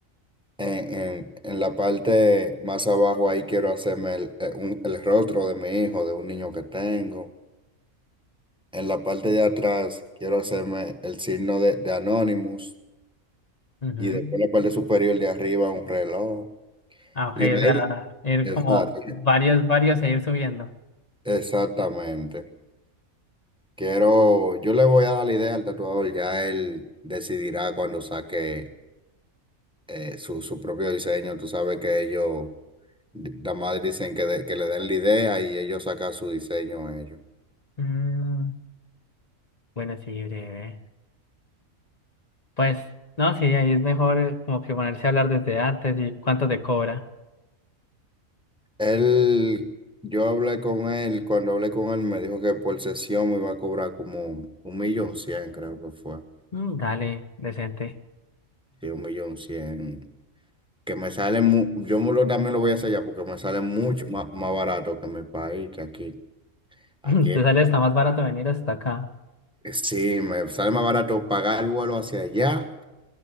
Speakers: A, in the centre; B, on the left.
A: En, en- en la parte más abajo ahí quiero hacerme el, eh, un- el rostro de mi hijo, de un niño que tengo. En la parte de atrás quiero hacerme el signo de, de Anonymous.
B: Ujú.
A: Y después en la parte superior de arriba un reloj.
B: Ah, ok,
A: Y
B: o sea,
A: ahí,
B: ir
A: exacto,
B: como varios, varios e ir subiendo.
A: exactamente. Quiero, yo le voy a dar la idea al tatuador, ya él decidirá cuando saque. eh, su, su propio diseño. Tú sabes que ellos, nada más dicen que, de- que le den la idea y ellos sacan su diseño a ellos.
B: Mm, bueno, sí, breve. Pues, no, sí, ahí es mejor eh, como que ponerse a hablar desde antes y cuánto te cobra.
A: Él, yo hablé con él, cuando hablé con él me dijo que por sesión me iba a cobrar como un millón cien, creo que fue.
B: Mm, dale, decente.
A: Sí, un millón cien. Que me sale, mu- yo me lo, también lo voy a hacer allá porque me sale mucho más, más barato que en mi país, que aquí. Aquí,
B: <laughs> Te sale hasta más barato venir hasta acá.
A: eh, sí, me sale más barato pagar el vuelo hacia allá